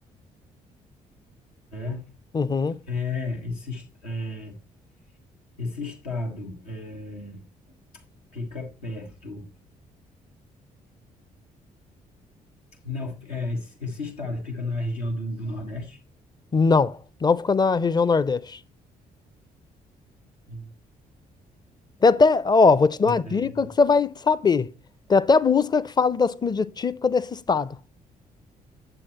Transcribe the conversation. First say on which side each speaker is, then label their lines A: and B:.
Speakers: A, on the left; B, on the left.
A: É.
B: Uhum.
A: É, esse, es- é, esse estado é, fica perto. Não, é, esse esse estado fica na região do, do Nordeste.
B: Não, não fica na região Nordeste.
A: Hum,
B: Tem até, ó, vou te dar uma dica
A: É,
B: que você vai saber. Tem até música que fala das comidas típicas desse estado.